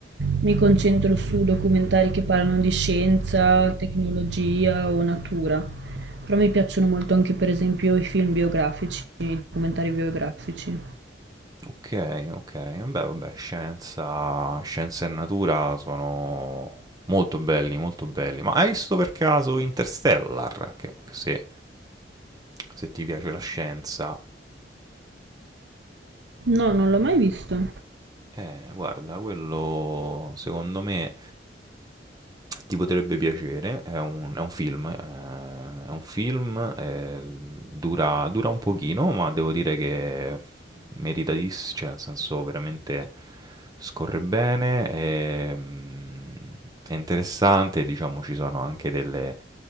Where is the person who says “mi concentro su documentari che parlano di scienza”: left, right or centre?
Right